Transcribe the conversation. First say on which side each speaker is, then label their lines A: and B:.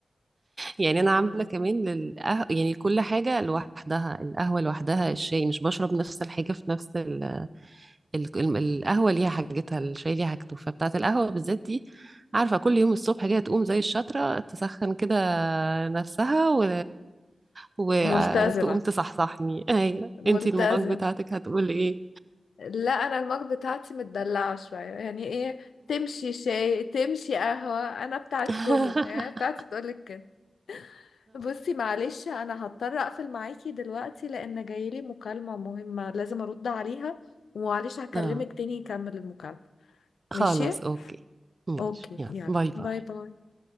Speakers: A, on the right; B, on the left.
A: يعني انا عامله
B: مم.
A: كمان للقه... يعني كل حاجه لوحدها القهوه لوحدها الشاي مش بشرب نفس الحاجه في نفس ال... ال... ال- القهوه ليها حاجتها الشاي ليها حاجته فبتاعه القهوه بالذات دي عارفه كل يوم الصبح كده تقوم زي الشطره تسخن كده نفسها و... وتقوم
B: ملتزمة
A: تصحصحني ايوه انتي
B: ملتزم
A: المج بتاعتك هتقول ايه
B: لا انا المج بتاعتي متدلعة شوية يعني ايه تمشي شاي تمشي قهوة انا بتاعت
A: <laughs>
B: كله يعني أنا بتاعتي بتقولك كده بصي معلش انا هضطر اقفل معاكي دلوقتي لان جايلي مكالمة مهمة لازم ارد عليها ومعلش هكلمك
A: اه
B: تاني يكمل المكالمة
A: خلاص
B: ماشي
A: اوكي ماشي
B: اوكي
A: يلا
B: يلا
A: باي باي
B: باي باي